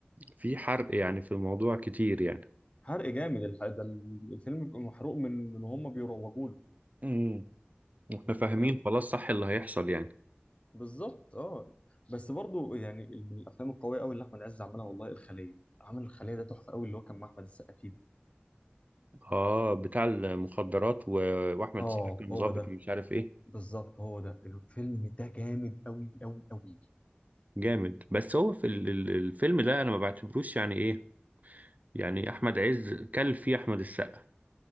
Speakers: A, on the right (about 40°); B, on the left (about 30°).
A: في حرق يعني في الموضوع كتير يعني
B: حرق جامد الح- ده ال- الفيلم بيبقى محروق من من وهم بيروجوا له
A: امم احنا فاهمين
B: فاهم
A: خلاص صح اللي هيحصل يعني
B: بالظبط اه بس برضو يعني من الافلام القويه قوي اللي احمد عز عملها والله الخليه عامل الخليه ده تحفه قوي اللي هو كان مع احمد السقا فيه
A: اه بتاع المخدرات و... واحمد
B: اه
A: سعد كان
B: هو
A: ظابط
B: ده
A: مش عارف ايه
B: بالظبط هو ده الفيلم ده جامد قوي قوي قوي
A: جامد بس هو في ال- ال- الفيلم ده انا ما بعتبروش يعني ايه يعني احمد عز كل فيه احمد السقا